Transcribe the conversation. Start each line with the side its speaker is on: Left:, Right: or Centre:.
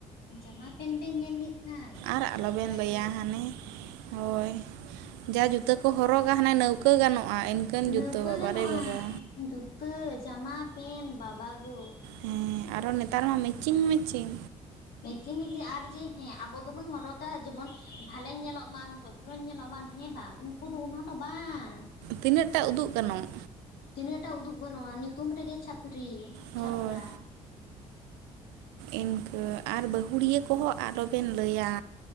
Left: ᱡᱟᱢᱟ ᱯᱮᱱᱴ ᱵᱮᱱ ᱧᱮᱞ ᱞᱮᱠᱷᱟᱱ
Right: ᱟᱨ ᱟᱞᱚᱵᱮᱱ
Left: ᱾ᱦᱟᱭ
Right: ᱞᱟᱹᱭᱟ
Left: ᱨᱮ ᱦᱟᱭ!
Right: ᱦᱟᱱᱮ ᱦᱳᱭ, ᱡᱟ ᱡᱩᱛᱟᱹ ᱠᱚ ᱦᱚᱨᱚᱜᱟ ᱾ᱦᱟᱱᱮ ᱱᱟᱹᱣᱠᱟᱹ ᱜᱟᱱᱚᱜᱼᱟ᱾ ᱤᱱᱠᱟᱹᱱ
Left: ᱞᱟᱹᱣᱠᱟᱹ
Right: ᱡᱩᱛᱟᱹ ᱵᱟᱵᱟᱨᱮ
Left: ᱜᱟᱱᱚᱜᱼᱟ᱾
Right: ᱵᱟᱵᱟ
Left: ᱡᱩᱛᱟᱹ ᱡᱟᱢᱟ, ᱯᱮᱱᱴ, ᱵᱟᱵᱟᱜᱳ!
Right: ᱦᱮᱸ ᱟᱨᱚ ᱱᱮᱛᱟᱨ ᱢᱟ ᱢᱮᱪᱤᱝ ᱢᱮᱪᱤᱝ
Left: ᱢᱮᱪᱤᱝ ᱢᱮ ᱟᱨ ᱡᱮ ᱦᱮᱸ ᱟᱵᱚ ᱫᱚᱵᱚᱱ ᱦᱚᱨᱚᱜᱼᱼ ᱚᱱᱠᱟ ᱡᱮᱢᱚᱱ ᱵᱷᱟᱞᱮᱧ ᱧᱮᱞᱚᱜ ᱢᱟ ᱵᱷᱚᱫᱫᱨᱚᱧ ᱧᱮᱞᱚᱜ ᱢᱟ ᱦᱮᱸ ᱵᱟᱝ ᱩᱱᱠᱩ ᱫᱚ ᱚᱱᱟ ᱫᱚ ᱵᱟᱝᱼᱼ
Right: ᱛᱤᱱᱟᱹᱜ ᱴᱟ ᱩᱫᱩᱜ ᱜᱟᱱᱚᱜ,
Left: ᱛᱤᱱᱟᱹᱜᱴᱟ ᱩᱫᱩᱜ ᱜᱟᱱᱚᱜᱼᱟ ᱧᱩᱛᱩᱢ ᱨᱮᱜᱮ ᱪᱷᱟᱹᱯᱨᱤ
Right: ᱦᱳᱭ
Left: ᱪᱷᱟᱹᱯᱨᱟ
Right: ᱤᱱᱠᱟᱹ ᱟᱨ ᱵᱟᱹᱦᱩᱲᱤᱭᱟᱹ ᱠᱚᱦᱚᱸ ᱟᱞᱚ ᱵᱮᱱ ᱞᱟᱹᱭᱟ᱾